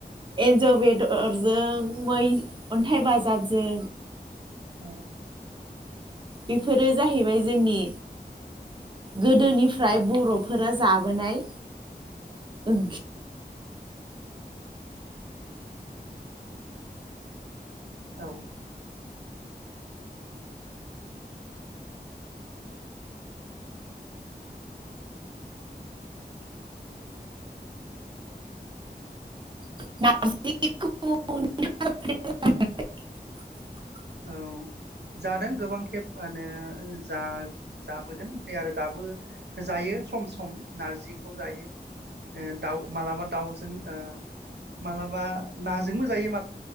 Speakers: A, on the right; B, on the right.
A: एन्जर बेदरजों मै अन्थाइ बाजाबजों
B: औ
A: बेफोरो जाहैबाय जोंनि गोदोनिफ्राय
B: औ
A: बर'फोर जाबोनाय ओंखि
B: औ
A: <unintelligible>
B: औ जादों गोबां खेब मोनो जाबोदों ओमफ्राय आरो दाबो जायो सम सम नारजिखौ जायो दाउ मालाबा दाउजों ओ मालाबा नाजोंबो जायो माबा